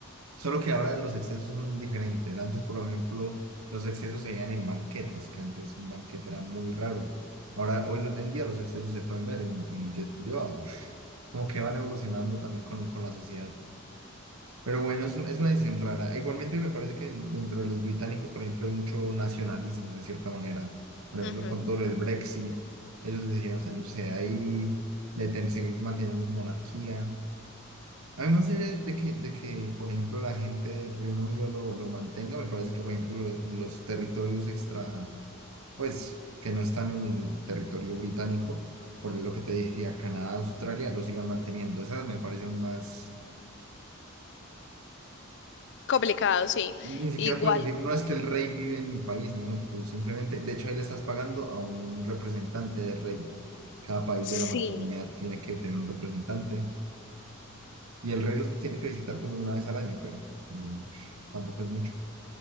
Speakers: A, on the right; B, on the left.
A: solo que ahora los excesos son diferentes. Antes, por ejemplo, los excesos se veían en banquetes, que antes un banquete era muy raro. Ahora, hoy en día los excesos se pueden ver en, en jet privado. <laughs> Como que van evolucionando también con, con la sociedad. Pero bueno, es, un- es una decisión rara. Igualmente me parece que dentro de los británicos, por ejemplo, hay mucho nacionalismo de cierta manera. Por ejemplo,
B: Ujú.
A: con todo lo del Brexit, ellos decidieron salirse de ahí, de ten- seguir manteniendo su monarquía. A mí me hace de de que, de que, por ejemplo, la gente del Reino Unido lo, lo mantenga. Me parece que, por ejemplo, lo- los territorios extra, pues, que no están en el territorio británico, por lo que te decía, Canadá, Australia, lo sigan manteniendo. Esa me parece aún más...
B: Complicado, sí.
A: Ni siquiera
B: Igual.
A: puedes decir, no es que el rey vive en mi país, no, tú simplemente, de hecho ahí le estás pagando a un representante del rey. Cada país
B: Sí.
A: de la mancomunidad tiene que tener un representante y el rey los tiene que visitar como una vez al año, pero no, tampoco es mucho.